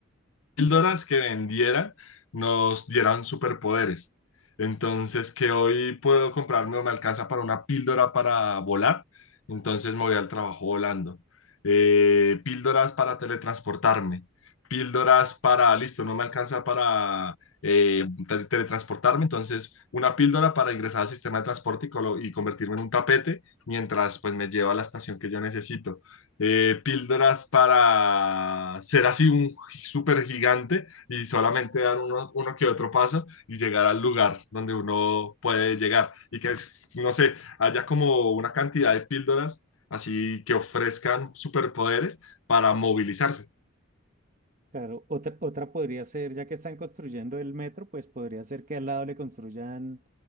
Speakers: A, on the left (about 75°); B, on the right (about 40°).
A: píldoras que vendiera nos dieran superpoderes. Entonces, que hoy puedo comprarme o me alcanza para una píldora para volar, entonces me voy al trabajo volando. Eh, píldoras para teletransportarme, píldoras para, listo, no me alcanza para eh, te- teletransportarme, entonces una píldora para ingresar al sistema de transporte y, colo- y convertirme en un tapete mientras pues me lleva a la estación que yo necesito eh, píldoras para ser así un súper gigante y solamente dar uno, uno que otro paso y llegar al lugar donde uno puede llegar y que, no sé, haya como una cantidad de píldoras así que ofrezcan superpoderes para movilizarse.
B: Claro, otra, otra podría ser, ya que están construyendo el metro, pues podría ser que al lado le construyan,